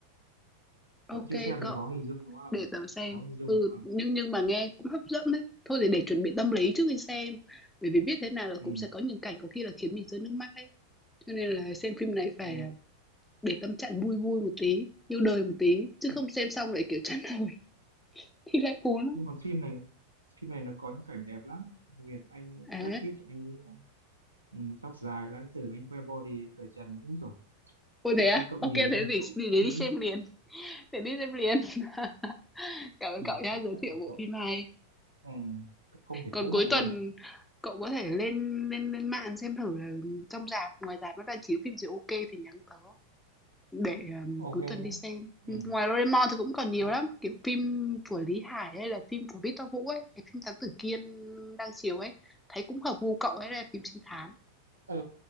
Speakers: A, in the centre; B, on the right.
A: OK
B: cậu chưa xem
A: cậu,
B: thì có hình dung đúng không
A: để tớ xem.
B: có hình dung
A: Ừ,
B: đúng không
A: nhưng nhưng mà nghe cũng hấp dẫn đấy. Thôi thì để chuẩn bị tâm lý trước khi xem. Bởi vì biết thế nào là
B: ừ
A: cũng sẽ có những cảnh có khi là khiến mình rơi nước mắt ấy. Cho nên là xem phim này phải
B: ồ
A: là để tâm trạng vui vui một tí, yêu đời một tí. Chứ
B: ừ.
A: không xem xong lại kiểu chán nổi <laughs> thì lại buồn lắm.
B: nhưng mà phim này phim này nó có những cảnh đẹp lắm đặc biệt anh
A: À,
B: Brad Pitt anh ấy, ừ, tóc dài lãng tử anh khoe body anh cởi trần úi rồi
A: Ôi thế
B: chắc
A: á?
B: chắn cậu
A: Ô
B: nhìn
A: thế thì
B: thế
A: để
B: là cậu
A: để
B: ừ,
A: đi xem liền, để đi xem liền. <laughs> Cảm ơn
B: nhìn
A: cậu nhá,
B: cậu
A: giới
B: chắc
A: thiệu
B: là
A: bộ
B: cậu
A: phim hay.
B: ừ, cậu không thể
A: Còn
B: cưỡng
A: cuối
B: lại luôn
A: tuần
B: đấy
A: cậu có thể lên lên lên mạng xem thử là trong rạp, ngoài rạp nó đang chiếu phim gì ok thì nhắn tớ để um,
B: ok
A: cuối tuần đi
B: nhá.
A: xem.
B: ừ
A: Ừ, Ngoài Doraemon thì cũng còn nhiều
B: nhắc
A: lắm, kiểu phim của Lý Hải hay là phim của Victor Vũ ấy, cái phim Thám Tử Kiên đang chiếu ấy, thấy cũng hợp gu cậu ấy là phim trinh thám.
B: ừ